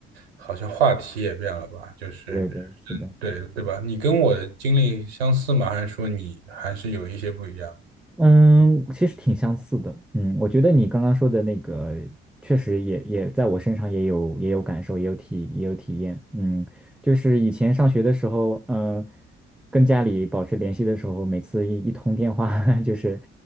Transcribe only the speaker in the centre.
对对对，是的。
嗯，其实挺相似的。嗯，我觉得你刚刚说的那个，确实也也在我身上也有也有感受，也有体也有体验。嗯，就是以前上学的时候，嗯、跟家里保持联系的时候，每次一一通电话，<laughs> 就是